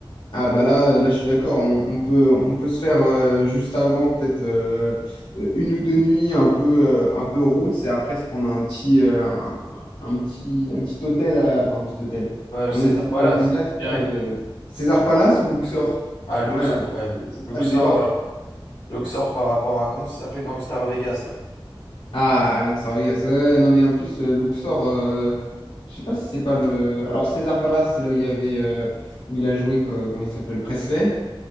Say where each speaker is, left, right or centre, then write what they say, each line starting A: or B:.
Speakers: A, on the left; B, on the left.
A: ah bah là là je suis d'accord on, on peut on peut se faire euh, juste avant peut-être euh, une ou deux nuits un peu euh, un peu route et après se prendre un petit euh, un, un petit un petit hôtel à- enfin un petit hôtel
B: Ouais, le
A: un
B: César
A: hôtel
B: Palace,
A: Las Vegas
B: direct.
A: là, euh, César Palace ou Luxor
B: Ah, Luxor,
A: ouais
B: ouais.
A: c'est c'est
B: Luxor,
A: ça le débat hein.
B: ouais. Luxor par rapport à... Comment ça s'appelait Gangstar Vegas, là?
A: Ah, donc Gonçalves, ouais, non mais en plus, euh, Luxor, euh, je sais pas si c'est pas le... Alors César Palace, c'est là où il y avait, euh, où il a joué, co- comment il s'appelle, Presley,